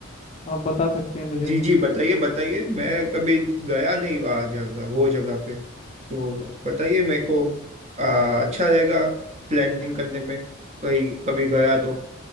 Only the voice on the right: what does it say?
जी जी बताइए बताइए मैं कभी गया नहीं वहाँ जगह वो जगह पे तो बताइए मेरे को आ, अच्छा रहेगा प्लानिंग करने में कहीं कभी गया तो